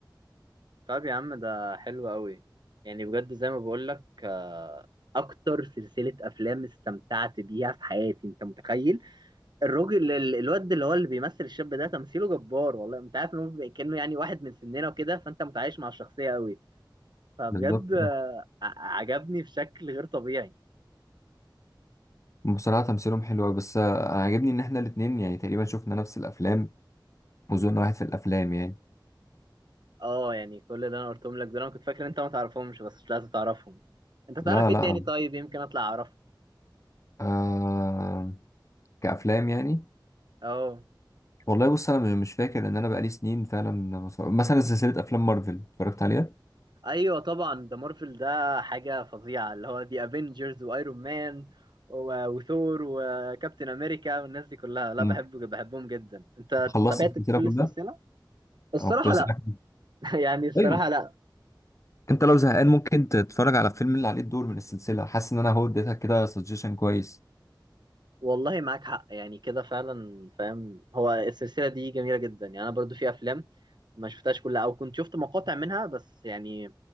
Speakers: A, on the right; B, on the left.
A: طب يا عم ده حلو قوي يعني بجد زي ما بقول لك آه، أكتر سلسلة أفلام استمتعت بيها في حياتي أنت متخيل الراجل ال- الواد اللي هو اللي بيمثل الشاب ده تمثيله جبار والله انت عارف ان هو بيبقى كأنه يعني واحد من سننا وكده فانت متعايش مع الشخصية قوي فبجد
B: بالظبط
A: آه،
B: اه
A: ع- عجبني بشكل غير طبيعي
B: بصراحة تمثيلهم حلو أوي، بس آه، أنا عاجبني إن إحنا الاتنين يعني تقريبا شفنا نفس الأفلام وذوقنا واحد في الأفلام يعني
A: اه يعني كل اللي انا قلتهم لك دول انا كنت فاكر ان انت ما تعرفهمش بس مش لازم تعرفهم انت تعرف
B: لا
A: ايه
B: لا
A: تاني طيب يمكن اطلع اعرفه
B: آه كأفلام يعني
A: اه
B: والله بص انا مش فاكر ان انا بقالي سنين فعلا ما اتفرج- مثلا سلسله افلام مارفل اتفرجت عليها
A: ايوه طبعا ده مارفل ده حاجة فظيعة اللي هو دي افنجرز وايرون مان و- وثور وكابتن امريكا والناس دي كلها لا
B: امم
A: بحبه بحبهم جدا انت
B: خلصت
A: تابعت
B: السلسله
A: كل
B: كلها
A: السلسلة الصراحة
B: انا كنت بسالك
A: لا <laughs> يعني الصراحة
B: طيب
A: لا
B: انت لو زهقان ممكن تتفرج على الفيلم اللي عليه الدور من السلسله حاسس ان انا هو اديتك كده سجيشن كويس
A: والله معاك حق يعني كده فعلا فاهم هو السلسلة دي جميلة جدا يعني أنا برضو في أفلام ما شفتهاش كلها أو كنت شفت مقاطع منها بس يعني